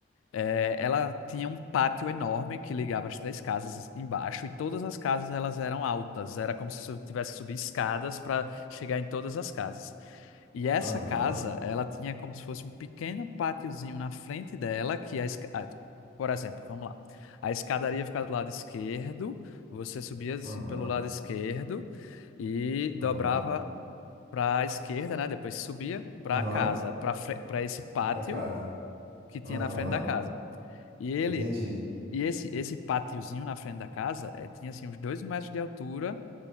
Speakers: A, on the left (about 80°); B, on the right (about 60°).
A: É, ela tinha um pátio enorme que ligava as três casas embaixo e todas as casas elas eram altas. Era como se su- tivesse que subir escadas para chegar em todas as casas. E essa
B: Aham.
A: casa, ela tinha como se fosse um pequeno pátiozinho na frente dela que a, esca- ah, por exemplo, vamos lá. A escadaria ficava do lado esquerdo, você subia assim
B: Aham,
A: pelo lado esquerdo e dobrava
B: aham,
A: para a esquerda, né? Depois subia para
B: aham,
A: a casa, para para esse pátio
B: pra casa.
A: que tinha
B: Aham,
A: na frente da casa. E ele
B: entendi.
A: e esse, esse pátiozinho na frente da casa eh, tinha assim uns dois metros de altura